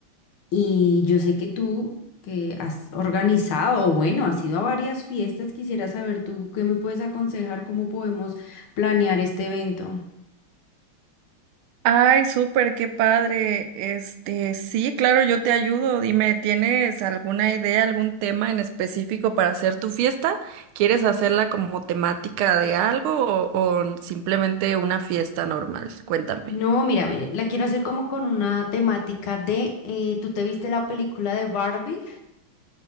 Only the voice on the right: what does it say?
Ay, súper, qué padre. Este, sí, claro, yo te ayudo. Dime, ¿tienes alguna idea, algún tema en específico para hacer tu fiesta? ¿Quieres hacerla como temática de algo o, o simplemente una fiesta normal? Cuéntame.